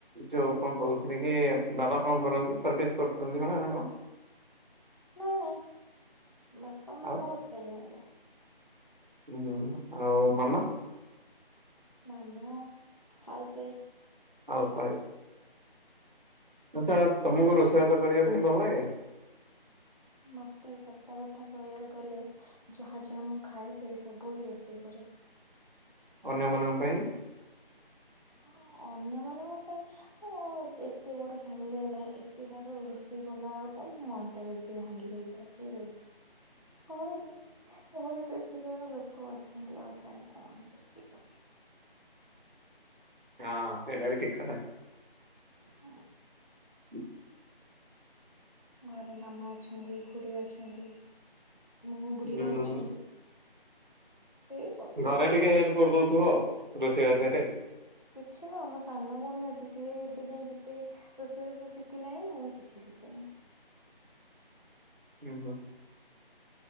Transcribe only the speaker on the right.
ଯୋଉ କଣ କହୁଥିଲ କି ବାବା କଣ କରନ୍ତି ସର୍ଭିସ୍ କରୁଛନ୍ତି ନା କ କଣ?
ଆଉ
ହୁଁ ଆଉ ମାମା
<unintelligible> ଆଛା ତମକୁ ରୋଷେଇବାସ କରିବା ପାଇଁ ଭଲ ଲାଗେ
ଅନ୍ୟମାନଙ୍କ ପାଇଁ
ହଁ ସେଇଟା ବି ଠିକ୍ କଥା।
ହୁଁ।
ହୁଁ।
ଘରେ ଟିକେ ହେଲ୍ପ କରିଦଉଥିବ ଆଉ ରୋଷେଇ ବାସରେ।
ଉଁ ହୁଁ।